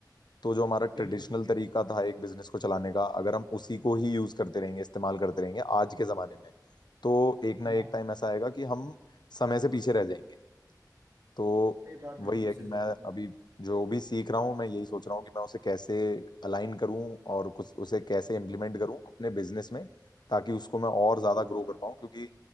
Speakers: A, on the left; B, on the right.
A: तो जो हमारा ट्रेडिशनल
B: बिल्कुल बिल्कुल
A: तरीका था एक बिजनेस को चलाने का अगर हम उसी को ही यूज करते रहेंगे इस्तेमाल करते रहेंगे आज के जमाने में तो एक ना
B: हाँ
A: एक टाइम
B: हाँ
A: ऐसा आएगा कि हम समय से पीछे रह जाएंगे तो
B: सही बात
A: वही
B: बिल्कुल
A: है कि
B: सही
A: मैं
B: बात है
A: अभी जो भी सीख रहा हूँ मैं यही सोच रहा हूँ कि मैं उसे कैसे अलाइन करूँ और कुछ उसे कैसे इम्प्लीमेंट करूँ अपने बिजनेस में ताकि उसको मैं और ज्यादा ग्रो कर पाऊँ क्योंकि